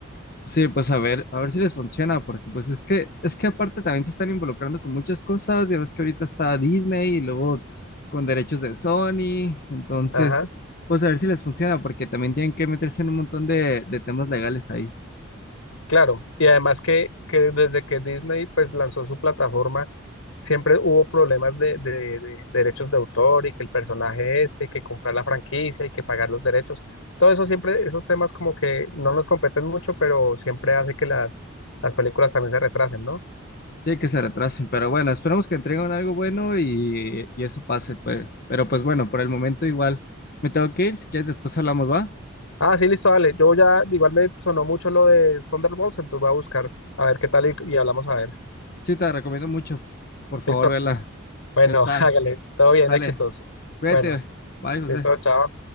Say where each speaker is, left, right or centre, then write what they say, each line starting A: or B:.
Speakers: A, on the left (about 45°); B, on the left (about 90°).
A: Sí, pues a ver, a ver si les funciona, porque pues es que, es que aparte también se están involucrando con muchas cosas, ya ves que ahorita está Disney y luego con derechos de Sony, entonces,
B: Ajá,
A: pues a ver si les funciona, porque también tienen que meterse en un montón de, de temas legales ahí.
B: claro. Y además que, que desde que Disney pues lanzó su plataforma, siempre hubo problemas de, de- de derechos de autor y que el personaje este, que comprar la franquicia y que pagar los derechos. Todo eso siempre, esos temas como que no nos competen mucho, pero siempre hace que las, las películas también se retrasen, ¿no?
A: Sí, que se retrasen, pero bueno, esperemos que entreguen algo bueno y, y eso pase, pues. Pero pues bueno, por el momento igual me tengo que ir, si quieres después hablamos, ¿va?
B: Ah, sí, listo, dale. Yo ya, igual me sonó mucho lo de Thunderbolts, entonces voy a buscar a ver qué tal y, y hablamos a ver.
A: Sí, te la recomiendo mucho, por favor,
B: Listo.
A: vela.
B: Bueno,
A: Ya está,
B: <laughs> hágale. Todo bien,
A: sale,
B: éxitos.
A: cuídate,
B: Bueno,
A: bye, José.
B: listo, chao.